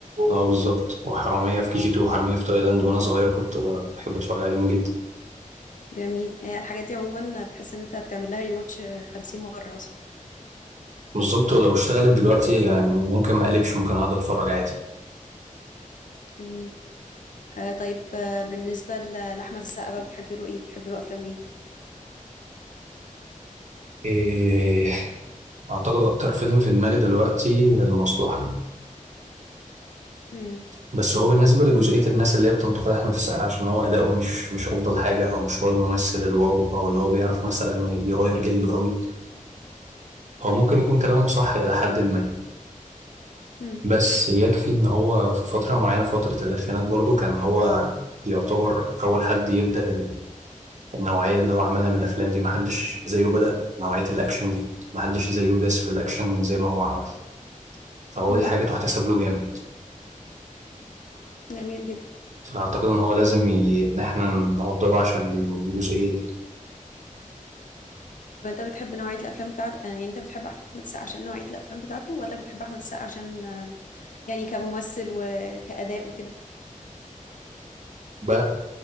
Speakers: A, on the right; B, on the left.
A: أه بالظبط وحرامية في
B: اه
A: كي جي تو وحرامية في تايلاند وأنا صغير كنت بحب أتفرج عليهم جدا
B: جميل هي الحاجات دي عموما بتحس إن أنت بتعمل لها ريواتش 50 مرة أصلا
A: بالظبط ولو اشتغلت دلوقتي يعني ممكن ما أقلبش ممكن أقعد أتفرج عادي
B: جميل آه طيب آه بالنسبة ل- لأحمد السقا بقى بتحبي له إيه بتحبي له أفلام إيه
A: إيه أعتقد أكتر فيلم في دماغي دلوقتي المصلحة
B: مم.
A: بس هو بالنسبة لجزئية الناس اللي هي بتنتقد أحمد السقا عشان هو أداؤه مش مش أفضل حاجة أو مش هو الممثل الواو أو اللي هو بيعرف مثلا يغير جلده قوي هو ممكن يكون كلامهم صح إلى حد ما
B: مم.
A: بس يكفي إن هو في فترة معينة فترة الألفينات برضو كان هو يعتبر أول حد يبدأ ال- النوعية اللي هو عملها من الأفلام دي محدش زيه بدأ نوعية الأكشن دي محدش زيه داس في الأكشن زي ما هو عمل فهو
B: مم.
A: دي حاجة تحتسب له جامد
B: جميل جدا
A: فأعتقد إن هو لازم ي... إن إحنا نقدره عشان الجزئية دي
B: طب أنت بتحب نوعية الأفلام بتاعت آه يعني أنت بتحب أحمد السقا عشان نوعية الأفلام بتاعته ولا بتحب أحمد السقا عشان آه يعني كممثل وكأداء وكده
A: ب...